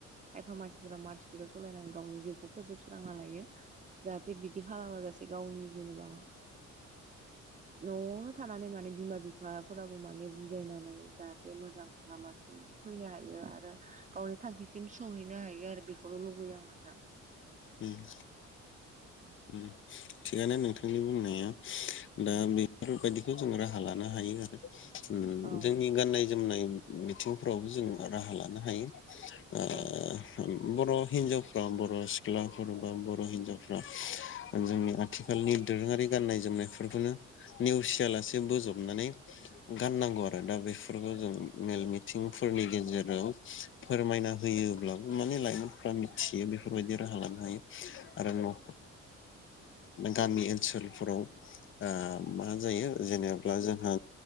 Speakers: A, on the right; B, on the left.
A: खायफा मानसिफोरा मार्च स्पिडाव सालायनानै गावनि जिउखौ फोजोबसि लामा लायो जाहाथे बिदि खालामाजासे गावनि जेनेबा न'आवनो थानानै माने बिमा बिफ बिफाफोराबो माने बुजायनानै जाहाथे मोजां लामासिम फैनो हायो आरो गावनि थांखिसिम सहैनो हायो आरो बे बेनो लुुबैयो आं नोंथां
B: होम
A: <inaudible>
B: उम थिगानो नोंथांनि बुंनाया दा
A: औ
B: बिफोरबायदि बेखौ जों राहा लानो हायो उम
A: औ
B: जोंनि गाननाय जोमनाय बिथिंफोरावबो जों राहा लानो हायो आ
A: अ
B: ओम बर' हिनजावफ्रा बर' सिख्लाफोर बा बर' हिनजावफ्रा जोंनि आथिखालनि दोरोङारि गाननाय जोमनायफोरखौनो नेवसियालासे बोजबनानै गाननांगौ आरो दा बेफोरखौ जों मेल मिथि सुबुंफोरनि गेजेराव फोरमायना होयोब्लाबो माने लाइमोनफ्रा मिथियो बेफोरबायदि राहा लानो हायो आरो गामि ओनसोलफोराव मा मोजां जायो। जेनेाबा जोंहा